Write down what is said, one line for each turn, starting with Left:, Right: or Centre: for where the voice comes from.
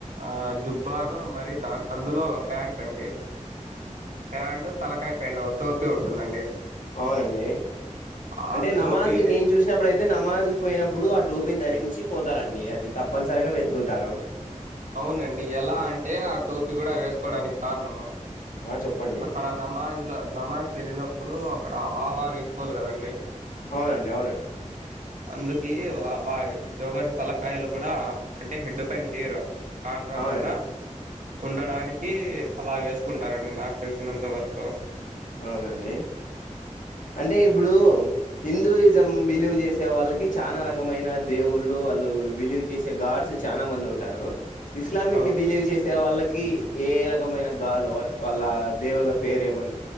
Right: ఆ జుబ్బాను మరి దా అందులో ఒక ప్యాంటట్ అంటే ప్యాంటు తలకాయిపోయిన ఒక టోపీ ఉంటుందండి
Left: అవునండి
Right: ఆ
Left: అంటే
Right: టోపీ
Left: నమాజ్ నేను చూసినప్పుడుయి అయితే నమాజపోయినప్పుడు ఆ టడోపిని ధరించి పోతారంండి అది తప్పనిసరిగా వేసుకుంటారు
Right: అవునండి ఎలా అంటే ఆ టోపీ కూడా వేసుకోవడానికి కారణం
Left: ఆ చెప్పండి
Right: అక్కడ నమాజ్ల నమాజ్కి వెళ్ళినప్పుడు అక్కడ ఆల్ ఆర్ ఈకువల్ కదండి
Left: అవునండి అవునండి
Right: అందు ఏ వ వ ఎవర్ని తాలక్ యలు కూడా అంటే హెడ్ పైన హెయిర్ కాండ్రాకొండ
Left: అవునండి
Right: ఉండడానికి అలా వేసుకుంటారంండి నాకు తెలిసినంత వరకు
Left: అవునండి అంటే ఇప్పుడు హిందూయిజం బిలీవ్ చేసే వాళ్ళ కి చాలా రకమైన దేవుళ్ళు వాళ్ళు బిలీవ్ చేసే గాడ్స్ చాలా మంది ఉంటారు ఇస్లామిక్
Right: అవునండి
Left: ని బిలీవ్ చేసే వాళ్ళక్ కి ఏ రకమైన గాలు వాళ్ళ వల్ల దేవుళ్ల పేరు ఏమన్నా